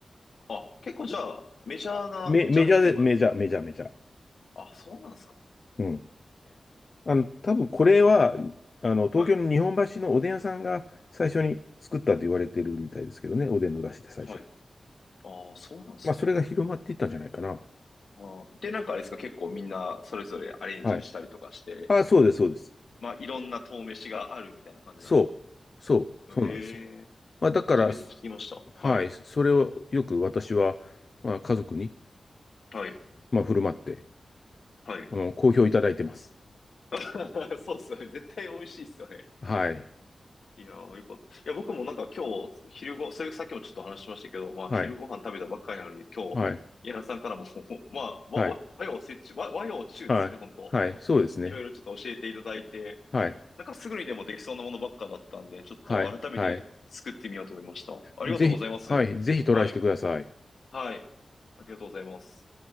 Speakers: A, on the left; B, on the left.
A: あ、結構じゃあ、メジャーなジャンルといえば、
B: メ、メジャーで、メジャー、メジャー、メジャー。
A: あ、そうなんですか
B: うん。あの、多分これは、あの、東京の日本橋のおでん屋さんが最初に作ったと言われてるみたいですけどね。
A: はい。
B: おでんの出汁で最初。
A: はい。ああ、そうなんですね。
B: まあ、それが広まっていったんじゃないかな。
A: あーで、なんかあれですか結構みんな、それぞれアレンジしたりとかして、
B: はい。あ、そうです、そうです。
A: まあ、いろんな遠飯があるみたいな感じなんですか
B: そう、そう、
A: え
B: そうなんですよ。
A: え
B: まあ、だから、
A: 初めて聞きました。
B: すはい、
A: はい。
B: それをよく私は、まあ、家族に、
A: はい。
B: まあ、振る舞って、
A: はい。
B: あの、好評いただいてます。
A: <laughs> そうっすよね。絶対美味しいですよね。
B: はい、
A: いやー、よかった。いや、僕もなんか今日、昼ご、それさっきもちょっと話しましたけど、まあ、
B: はい、
A: 昼ご飯食べたばっかりなのに、今日、
B: はい、
A: 柳さんからも <laughs> まあ、和、
B: はい、
A: 和和洋折衷、和、和洋中ですよね、
B: はい、
A: 本当
B: はい、
A: <laughs>
B: そうですね。
A: いろいろちょっと教えていただいて、
B: はい、
A: なんかすぐにでもできそうなものばっかだったんで、ちょっと改めて作ってみようと思いました。
B: はい、はい。
A: ありがとうございます。
B: ぜひ、はい、ぜひトライしてください。
A: はい。はい。ありがとうございます。